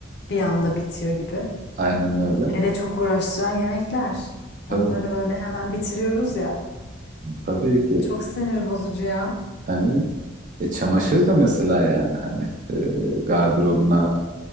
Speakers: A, on the left; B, on the right.
A: Bir anda bitiyor gibi.
B: Aynen öyle.
A: Hele çok uğraştıran yemekler. Onları
B: Tabii.
A: böyle hemen bitiriyoruz ya.
B: Tabii ki.
A: Çok sinir bozucu ya.
B: Hani e, çamaşır da mesela yani hani e, gardırobuna